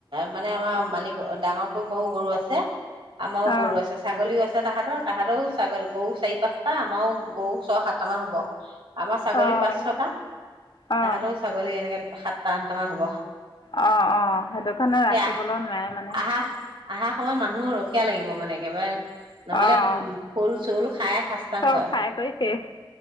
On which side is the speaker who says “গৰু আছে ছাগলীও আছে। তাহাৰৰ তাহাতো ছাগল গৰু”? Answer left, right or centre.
Right